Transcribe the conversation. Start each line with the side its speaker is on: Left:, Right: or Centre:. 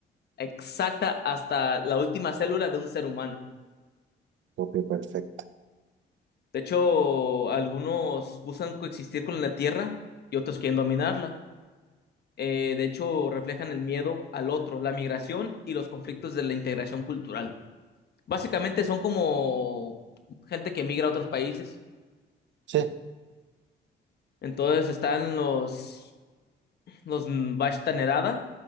Left: exacta hasta la última célula de un ser humano.
Right: copia perfecta.
Left: De hecho, algunos buscan coexistir con la Tierra y otros quieren dominarla. Eh, de hecho, reflejan el miedo al otro, la migración y los conflictos de la integración cultural. Básicamente son como gente que migra a otros países.
Right: Sí,
Left: Entonces están los, los Vashta Nerada.